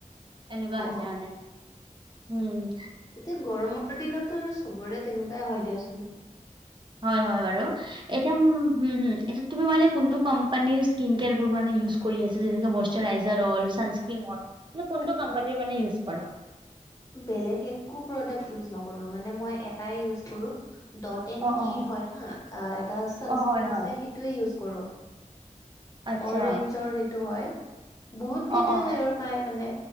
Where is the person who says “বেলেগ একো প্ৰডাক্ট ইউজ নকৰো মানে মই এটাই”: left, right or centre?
Left